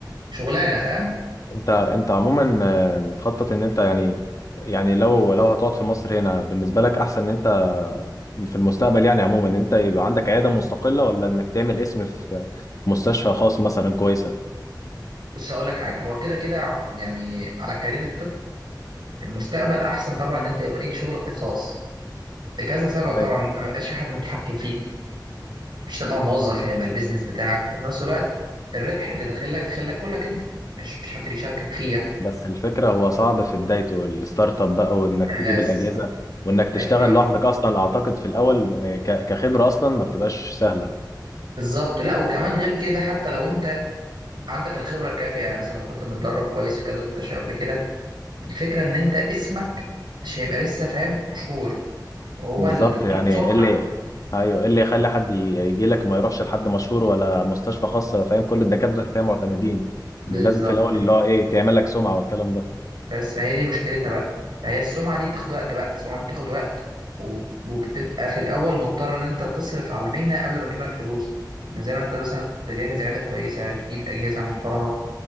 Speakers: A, on the right; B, on the left.
A: شغلانة فاهم؟
B: انت انت عموما آه، بتخطط ان انت يعني يعني لو لو هتقعد في مصر هنا بالنسبه لك احسن ان انت في المستقبل يعني عموما ان انت يبقى عندك عياده مستقله ولا انك تعمل اسم في مستشفى خاص مثلا كويسه
A: بص هقول لك حاجه هو كده كده يعني على كارير الطب المستقبل احسن طبعا ان انت يبقى ليك شغلك الخاص لكذا سبب
B: أي.
A: طبعا انت ما يبقاش في حد متحكم فيك مش تبقى موظف هيبقى البيزنس بتاعك وفي نفس الوقت الربح اللي داخل لك داخل لك كلك انت مش مش حد بيشاركك فيه
B: بس الفكره هو صعب في بدايته الستارت اب بقى وانك
A: بس
B: تجيب الاجهزه وانك تشتغل
A: ايوه
B: لوحدك اصلا اعتقد في الاول آه، ك- كخبره اصلا ما بتبقاش سهله
A: بالظبط لا وكمان غير كده حتى لو انت عندك الخبره الكافيه يعني مثلا لو كنت متدرب كويس في كذا مستشفى قبل كده الفكره ان انت اسمك مش هيبقى لسه فاهم مشهور وهو
B: بالظبط
A: الدكتور
B: يعني
A: سمعه
B: ايه اللي ايوه ايه اللي يخلي حد يجي لك وما يروحش لحد مشهور ولا مستشفى خاصه فاهم كل الدكاتره اللي فيها معتمدين دي
A: بالظبط
B: لازم في الاول
A: كده
B: اللي هو ايه تعمل لك سمعه والكلام ده
A: بس ما هي دي مشكلتها بقى فهي السمعة دي بتاخد وقت بقى السمعة دي بتاخد وقت وب- وبتبقى في الأول مضطر إن أنت تصرف على المهنة قبل ما تجيب لك فلوس إن زي ما أنت مثلا تجهز عيادة كويسة تجيب أجهزة محترمة